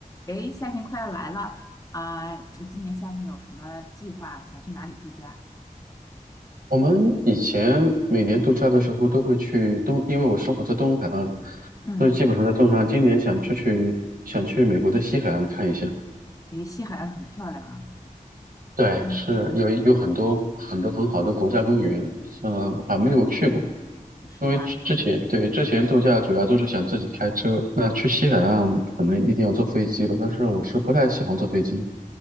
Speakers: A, on the left (about 25°); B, on the right (about 75°).
A: 诶，夏天快要来了啊，你今年夏天有什么计划？想去哪里度假？
B: 我们以前每年度假的时候都会去东，因为我生活在东海岸，
A: 嗯，
B: 所以基本上在东海岸。今年想出去，想去美国的西海岸看一下。
A: 因为西海岸很漂亮啊，
B: 对，
A: 因为
B: 是有有很多很多很好的国家公园，嗯、还没有去过。
A: 是吧？
B: 因为之之前对之前度假主要就是想自己开车，那去西海岸可能一定要坐飞机了，但是我是不太喜欢坐飞机，